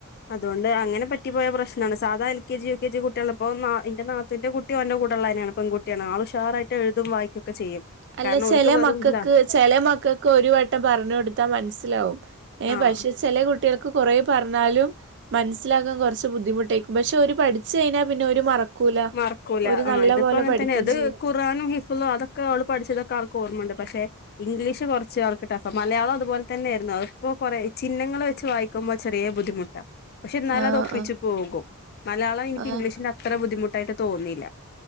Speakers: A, on the left; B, on the right.
A: അതുകൊണ്ട് അങ്ങനെ പറ്റി പോയ പ്രശ്നാണ്. സാധാ L K G, U K G കുട്ടികള് ഇപ്പോ എന്റെ നാത്തൂന്റെ കുട്ടി ഓന്റെ കൂ ടെയുള്ളന്നേണ് പെൺകുട്ടിയാണ്. ആള് ഉഷാറായിട്ട് എഴുതും വായിക്കൊക്കെ ചെയ്യും.
B: അല്ല
A: കാരണം
B: ചെല
A: ഓൽക്ക് വെറും
B: മക്കക്ക്
A: ഇതാ
B: ചെല മക്കക്ക് ഒരു വട്ടം പറഞ്ഞ് കൊടുത്താ മനസ്സിലാവും. ഏഹ്
A: ആഹ്
B: പക്ഷെ ചെല കുട്ടി കൾക്ക് കൊറേ പറഞ്ഞാലും മനസ്സിലാകാൻ കൊറച്ച് ബുദ്ധിമുട്ടേയ്ക്കും. പക്ഷെ ഓര് പഠി ച്ചയിഞ്ഞാ പിന്നെ ഓര് മറക്കൂല.
A: മറക്കൂല
B: ഓര്
A: ആഹ്
B: നല്ല
A: ഇതിപ്പോ
B: പോലെ
A: അങ്ങനെ
B: പഠിക്കേം
A: തന്നെ ഇത്
B: ചെയ്യും.
A: ഖുറാനും ഹിഫ്ളും അതൊക്കെ ഓള് പഠിച്ചതൊക്കെ ആള്ക്ക് ഓർമ്മയ്ണ്ട്. പക്ഷെ ഇംഗ്ലീഷ് കൊറച്ച് ആൾക്ക് ടഫാ. മലയാളം അതുപോലെ തന്നേയിരുന്നു. അതിപ്പോ കൊറേ ചിഹ്ങ്ങള് വെച്ച് വായി ക്കുമ്പെ ചെറിയേ ബുദ്ധിമുട്ടാ. പക്ഷെ എന്നാലും
B: ആഹ്
A: അത് ഒപ്പിച്ച്
B: ആഹ്
A: പോകും. മലയാളം എനിക്ക്
B: ആഹ്
A: ഇംഗ്ലീഷിന്റെ അത്ര ബുദ്ധിമുട്ടായിട്ട് തോന്നിയില്ല.